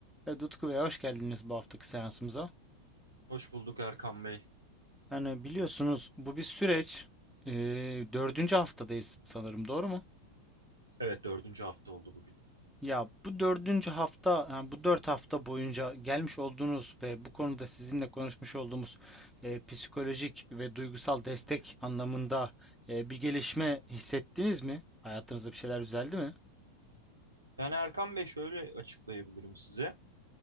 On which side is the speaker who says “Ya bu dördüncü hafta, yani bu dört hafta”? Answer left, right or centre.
Centre